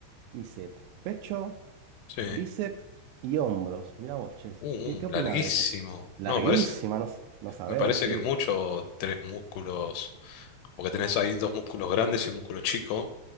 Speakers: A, on the right; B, on the left.
A: hice pecho,
B: Sí.
A: bíceps y hombros. Mira vos, che,
B: Uh,
A: ¿qué, qué
B: uh,
A: opinás
B: larguísimo.
A: de eso? Larguísima,
B: No, me parece,
A: no, s- no sabés,
B: me parece
A: sí.
B: que es mucho tres músculos. Porque tenés ahí dos músculos grandes y un músculo chico.